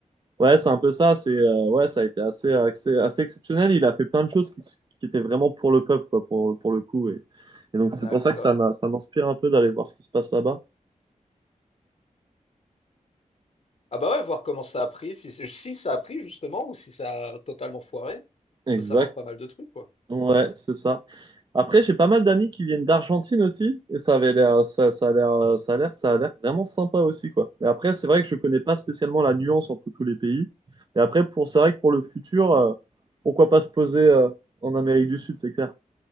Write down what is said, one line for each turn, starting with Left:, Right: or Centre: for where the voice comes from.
Right: Ouais, c'est un peu ça. C'est, euh, ouais, ça a été assez, assez, assez exceptionnel. Il a fait plein de choses qui, s- qui étaient vraiment pour le peuple, quoi, pour, pour le coup. Et, et donc, c'est
Left: D'accord.
Right: pour ça que ça m'a- ça m'inspire un peu d'aller voir ce qui se passe là-bas.
Left: Ah bah ouais, voir comment ça a pris, si, c'est- si ça a pris, justement, ou si ça a totalement foiré. On
Right: Exact.
Left: peut savoir pas mal de trucs, quoi.
Right: Ouais, c'est ça. Après, j'ai pas mal d'amis qui viennent d'Argentine aussi, et ça avait l'air, ça, ça a l'air, euh, ça a l'air, ça a l'air vraiment sympa aussi, quoi. Mais après, c'est vrai que je connais pas spécialement la nuance entre tous les pays. Mais après, pour, c'est vrai que pour le futur, euh, pourquoi pas se poser, euh, en Amérique du Sud, c'est clair.